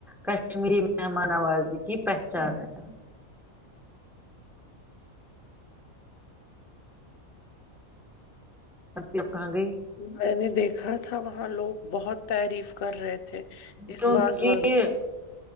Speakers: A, in the centre; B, on the left.
A: کشمیری مہمان آوازی کی پہچان ہے ست کہاں گئی
B: میں نے دیکھا تھا وہاں لوگ بہت تعریف کر رہے تھے اس
A: کیونکہ
B: وازوان کی